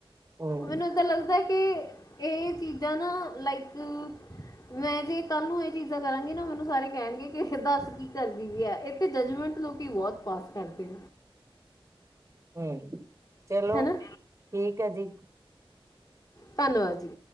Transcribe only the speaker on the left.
ਮੈਨੂੰ ਏਦਾ ਲੱਗਦਾ- ਕਿ ਇਹ ਚੀਜਾਂ ਨਾ ਲਾਈਕ ਮੈ ਜੇ ਕੱਲ ਨੂੰ- ਚੀਜਾ ਕਰਾਂਗੇ ਨਾ ਮੈਨੂੰ ਸਾਰੇ ਕਹਿਣਗੇ ਕਿ ਦੱਸ ਕੀ ਕਰਦੀ ਵੀ ਹੈ। ਇਥੇ ਜੱਜਮੈਂਟ ਲੋਕ ਬਹੁਤ ਪਾਸ ਕਰਦੇ
ਹਨਾ
ਧੰਨਵਾਦ ਜੀ।